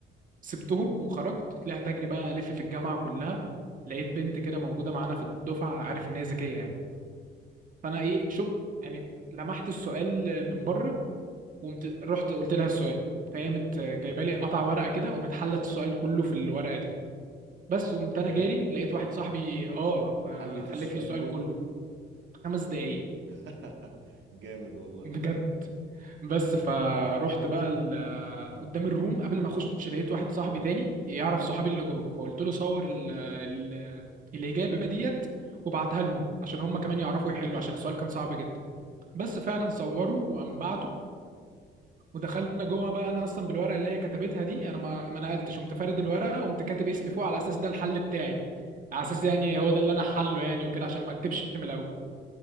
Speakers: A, on the right; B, on the right.
A: سبتهم وخرجت طلعت اجري بقى الف في الجامعه كلها لقيت بنت كده موجوده معانا في الدفعه عارف ان هي ذكيه يعني فانا ايه شوف يعني لمحت السؤال من بره وقمت رحت قلت لها السؤال فهي مت جايبه لي قطع ورقه كده وقامت حله السؤال كله في الورقه دي بس وقمت
B: ياه
A: انا جاري لقيت واحد صاحبي اه فحلت
B: حلت السؤال
A: لي السؤال
B: كله
A: كله خمس دقايق
B: <laughs> جامد والله
A: بجد بس فروحت بقى ال- قدام الروم قبل ما اخش لقيت واحد صاحبي تاني يعرف صحابي اللي جوه فقلت له صور ال ال الاجابه ديت وبعتها لهم عشان هم كمان يعرفوا يحلوا عشان السؤال كان صعب جدا بس فعلا صوروا وقام بعته ودخلنا جوه بقى انا اصلا بالورقه اللي هي كتبتها دي انا ما ما نقلتش قمت فارد الورقه وقمت كاتب اسمي فوق على اساس ده الحل بتاعي على اساس يعني هو ده اللي انا حله يعني وكده عشان ما اكتبش من الاول